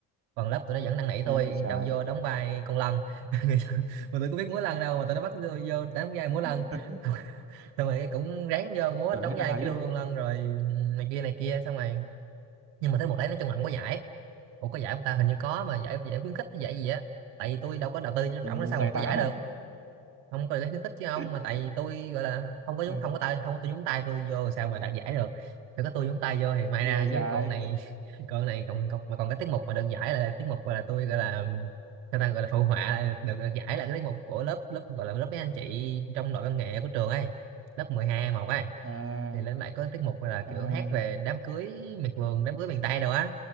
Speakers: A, on the right; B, on the right.
A: còn lớp tụi nó vẫn năn nỉ
B: ghê
A: tôi
B: vậy trái
A: đâu vô đóng vai con lân <laughs> mà tôi có biết múa lân đâu mà tụi nó bắt tôi vô đóng vai múa lân
B: <laughs>
A: <laughs> xong rồi cũng ráng vô múa
B: tưởng
A: đóng
B: thế nào
A: vai cái
B: chứ
A: đuôi con lân rồi này kia này kia xong rồi nhưng mà tới một đấy nói chung là không có giải Ủa có giải không ta hình như có mà giải giải khuyến khích hay giải gì á tại vì tôi đâu có đầu tư cho
B: tưởng
A: trọng nó sao
B: giải
A: mà có
B: tán
A: giải được
B: à
A: không có giải khuyến khích chứ ông
B: <laughs>
A: mà tại vì tôi gọi là không có nhúng
B: Ừ,
A: không có tay không có tôi nhúng tay tôi vô sao mà đạt giải được nếu có tôi nhúng tay vô thì may
B: ghê
A: ra
B: vậy trái
A: chứ còn này <laughs> còn này còn, còn mà còn cái tiết mục mà được giải là tiết mục gọi là tôi gọi là sao ta gọi là phụ họa là được, được giải là cái tiết mục của lớp lớp gọi là lớp mấy anh chị trong đội văn nghệ của trường ấy lớp 12 một ấy
B: à
A: thì lên lại có tiết mục là
B: à
A: kiểu hát về đám cưới miệt vườn đám cưới miền Tây rồi á